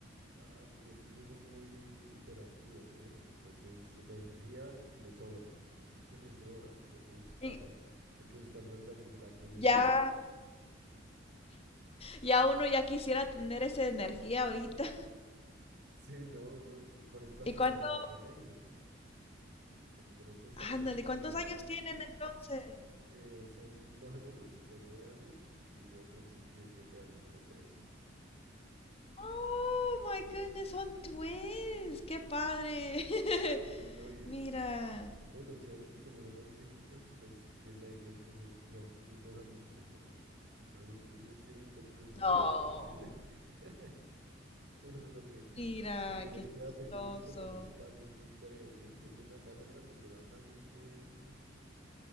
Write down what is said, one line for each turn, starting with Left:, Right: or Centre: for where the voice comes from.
Right: Claro, y es que ellos son muy hiperactivos, ¿sí ves? Entonces la energía les sobra, eso es que les sobra. Entonces, claro,
Left: Y
Right: hay que buscar maneras de que la quemen.
Left: ya, ya uno ya quisiera tener esa energía ahorita.
Right: Sí, no, uno, t- por ejemplo, hasta
Left: ¿Y cuánto?
Right: para el colegio, porque por ejemplo, esta mañana
Left: Ándale,
Right: que
Left: ¿cuántos
Right: se levantan,
Left: años tienen entonces?
Right: eh, son dos gemelos de nueve años y otro chiqui de siete años, son tres.
Left: Oh my goodness, son twins. Qué padre.
Right: Sí, no,
Left: <laughs>
Right: y
Left: Mira.
Right: esos, no, y lo chévere es que como son así seguitos, pues tienen ahí siempre su, su am- sus dos amiguitos, imagínate. Entonces, ellos tienen con quién jugar,
Left: No.
Right: entonces, <laughs> eso es lo que,
Left: Mira,
Right: lo que les
Left: qué
Right: queda
Left: chistoso.
Right: pequeño es como el espacio, yo creo. Y eso que vimos una casa grande, pero aún así es que. mm,